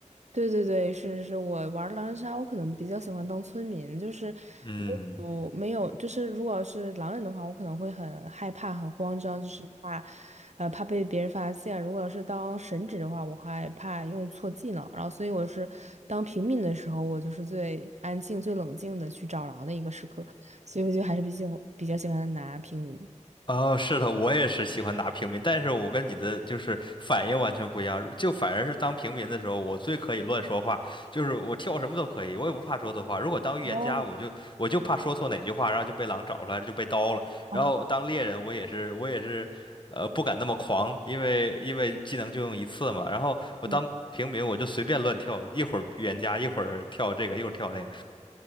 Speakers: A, on the right; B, on the left.
A: 对对对，是是是我玩狼人杀，我可能比较喜欢当村民，就是没有没有，
B: 嗯。
A: 就是如果是狼人的话，我可能会很害怕、很慌张，就是怕，呃，怕被别人发现。如果是当神职的话，我害怕用错技能，然后所以我是当平民的时候，我就是最安静、最冷静的去找狼的一个时刻，所以我就还是比较比较喜欢拿平民。
B: 哦，是的，我也是喜欢拿平民，但是我跟你的就是反应完全不一样，就反而是当平民的时候，我最可以乱说话，就是我跳什么都可以，我也不怕说错话。如果当预言家，
A: 哦，
B: 我就我就怕说错哪句话，然后就被狼找出来，就被刀了。然后当猎人，
A: <laughs> 啊，
B: 我也是我也是，呃，不敢那么狂，因为因为技能就用一次嘛。然后我当平民，
A: 嗯，
B: 我就随便乱跳，一会儿预言家，一会儿跳这个，一会儿跳那个，